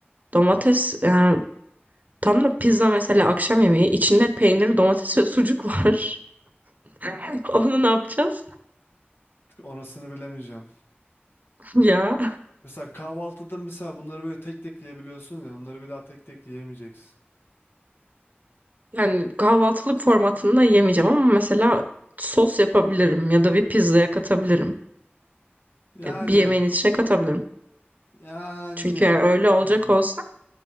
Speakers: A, on the right (about 40°); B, on the left (about 65°).
A: Domates yani tam da pizza mesela akşam yemeği içinde peynir, domates ve sucuk var. <laughs> Onu ne yapacağız?
B: orasını bilemeyeceğim.
A: <laughs> Ya
B: Mesela kahvaltıda mesela bunları böyle tek tek yiyebiliyorsun ya onları bir daha tek tek yiyemeyeceksin.
A: yani kahvaltılık formatında yemeyeceğim ama mesela sos yapabilirim ya da bir pizzaya katabilirim.
B: Yani
A: Ya bir yemeğin içine katabilirim.
B: yani
A: Çünkü yani öyle
B: hmm.
A: olacak olsa